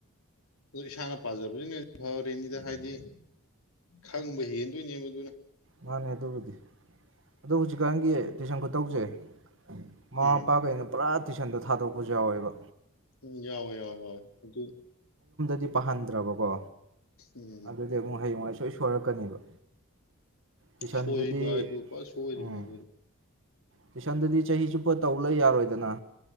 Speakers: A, on the left; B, on the right.
A: ꯑꯗꯨ ꯏꯁꯥꯅ ꯄꯥꯖꯕꯖꯤꯅ ꯐꯔꯤꯅꯤꯗ ꯍꯥꯏꯗꯤ ꯈꯪꯕ ꯍꯦꯟꯗꯣꯏꯅꯦꯕ ꯑꯗꯨꯅ
B: ꯃꯥꯅꯦ ꯑꯗꯨꯕꯨꯗꯤ ꯑꯗꯣ ꯍꯧꯖꯤꯛꯀꯥꯟꯒꯤ ꯇꯨꯏꯁꯟ ꯈꯨꯠ ꯇꯧꯖꯩ ꯃꯃꯥ
A: ꯎꯝ
B: ꯃꯄꯥꯒꯩꯅ ꯄꯨꯔꯥ ꯇꯨꯏꯁꯟꯗ ꯊꯥꯗꯣꯛꯄꯖꯨ ꯌꯥꯎꯋꯦꯕ
A: ꯎꯝ ꯌꯥꯎꯋꯦ ꯌꯥꯎꯋꯦ ꯌꯥꯎꯑꯣ ꯑꯗꯨ
B: ꯇꯤ ꯄꯥꯍꯟꯗ꯭ꯔꯕꯀꯣ
A: ꯎꯝ
B: ꯑꯗꯨꯗꯤ ꯑꯃꯨꯛ ꯍꯌꯦꯡꯋꯥꯏ ꯁꯣꯏ ꯁꯣꯏꯔꯛꯀꯅꯦꯕ ꯇꯨꯏꯁꯟꯗꯨꯗꯤ
A: ꯁꯣꯏꯔꯤꯕ ꯍꯥꯏꯕꯨꯄꯥ ꯁꯣꯏꯔꯤꯝꯅꯦ
B: ꯎꯝ
A: ꯑꯗꯨꯗꯤ
B: ꯇꯨꯏꯁꯟꯗꯨꯗꯤ ꯆꯍꯤ ꯆꯨꯞꯄ ꯇꯧ ꯂꯩ ꯌꯥꯔꯣꯏꯗꯅ